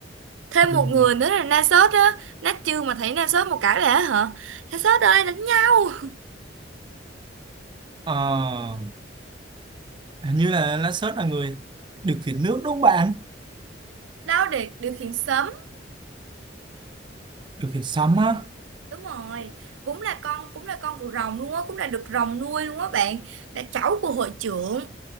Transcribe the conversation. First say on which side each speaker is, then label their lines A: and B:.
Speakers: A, on the right; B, on the right.
A: thêm
B: Ừ.
A: một người nữa là Nasus á Nát chưa mà thấy Nasus một cái lẽ hả Nasus ơi đánh nhau
B: Ờ, hình như là Natsu là người điều khiển nước đúng không bạn
A: đau để điều khiển sớm,
B: điều khiển sấm á
A: đúng rồi cũng là con cũng là con của rồng luôn á cũng là được rồng nuôi luôn á bạn là cháu của hội trưởng